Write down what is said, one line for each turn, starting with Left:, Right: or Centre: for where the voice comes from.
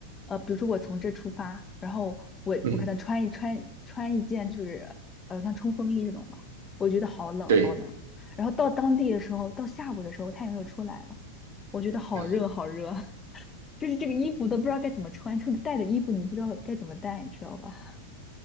Left: 呃，比如说我从这出发，然后我我可能穿一穿穿一件就是呃像冲锋衣这种吧，
Right: 嗯，
Left: 我觉得好冷好冷。
Right: 对。
Left: 然后到当地的时候，到下午的时候太阳又出来了，我觉得好热好热，
Right: <laughs> 啊，
Left: <laughs> 就是这个衣服都不知道该怎么穿，这个带的衣服你不知道该怎么带，你知道吧？